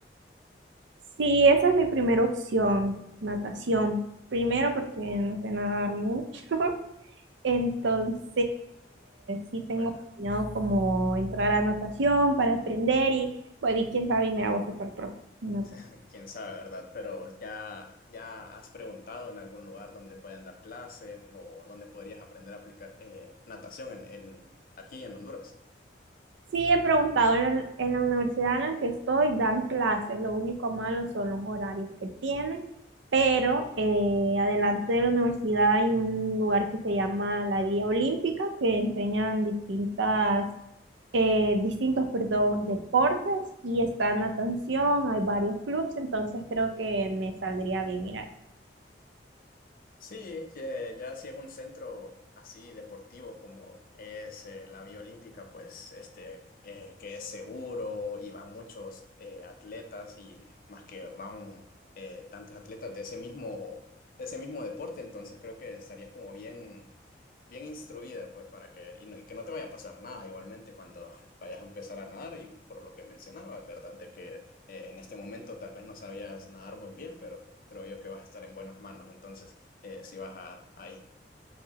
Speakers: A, on the right (about 80°); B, on the left (about 50°).
A: Sí, esa es mi primera opción, natación. Primero porque no sé nadar mucho, <laughs> entonces sí tengo
B: Bueno.
A: planeado como entrar a natación para aprender y bueno, y quién sabe y me hago súper pro. en natación.
B: <laughs> Quién sabe, ¿verdad? Pero ya, ya has preguntado en algún lugar donde puedan dar clases o donde podrías aprender a aplicar eh, natación en, en- aquí en Honduras.
A: Sí, he preguntado en la, en la universidad en la que estoy, dan clases, lo único malo son los horarios que tiene, pero eh, adelante de la universidad hay un lugar que se llama la Guía Olímpica, que enseñan distintas, eh, distintos, perdón, deportes y está natación, hay varios clubes, entonces creo que me saldría bien ir ahí.
B: Sí, ya, ya si es un centro así deportivo como es eh, la Vía Olímpica, pues este eh, que es seguro y van muchos eh, atletas y más que van eh, tantos atletas de ese mismo de ese mismo deporte, entonces creo que estarías como bien bien instruida, pues para que y, no- y que no te vaya a pasar nada igualmente cuando <laughs> vayas a empezar a nadar y por lo que mencionaba, ¿verdad? De que eh, en este momento tal vez no sabías nadar muy bien, pero creo yo que vas a estar en buenas manos, entonces eh, si vas a, ahí.